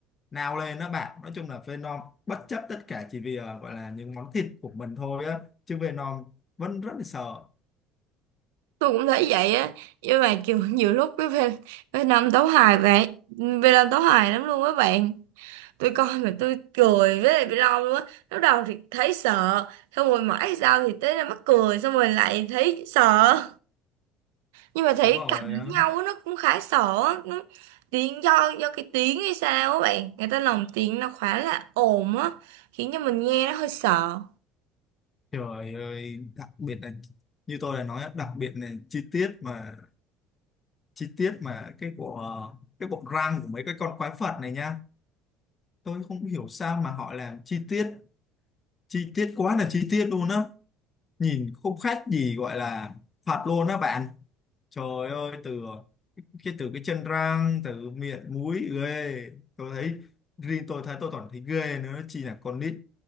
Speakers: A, on the left; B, on the right.
A: nào lên đó bạn nói chung là Venom bất chấp tất cả chỉ vì ờ, gọi là những món thịt của mình thôi á chứ Venom vẫn rất là sợ
B: tôi cũng thấy vậy á nhưng mà kiểu nhiều lúc cái Ven- Nam tấu hài vậy Việt Nam tấu hài lắm luôn các bạn tôi coi mà tôi cười với lại bị long luôn á lúc đầu thì thấy sợ xong rồi mãi sau thì tới là mắc cười xong rồi lại thấy sợ nhưng mà thấy
A: đúng rồi
B: cặp đánh
A: ờ.
B: nhau á, nó cũng khá sợ á. nó, tiếng do do cái tiếng hay sao á bạn người ta lồng tiếng nó khá là ồn á khiến cho mình nghe nó hơi sợ
A: trời ơi đặc biệt là như tôi đã nói á, đặc biệt là chi tiết mà chi tiết mà cái bộ ờ, cái bộ răng của mấy cái con quái vật này nha tôi không hiểu sao mà họ làm chi tiết chi tiết quá là chi tiết luôn á nhìn không khác gì gọi là thật luôn á bạn trời ơi từ cái từ cái chân răng từ miệng mũi ghê tôi thấy riêng tôi thấy tôi còn thấy ghê nữa chi là con nít